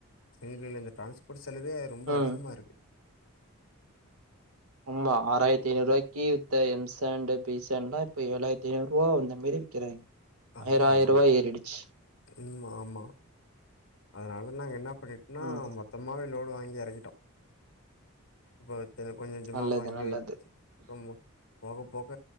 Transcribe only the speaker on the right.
ம் ம்
உம்மதா ஆராய்ரத்தி ஐநூறுவாய்க்கி வித்த எம் சாண்ட், பி சாண்ட் லாம், இப்ப ஏழாயிரத்தி ஐநூறுவா இந்த மாரி விக்கிறாங்க. <inaudible>
ஆயிர
ரூவா ஏறிடுச்சு
ம்
நல்லது,
நல்லது.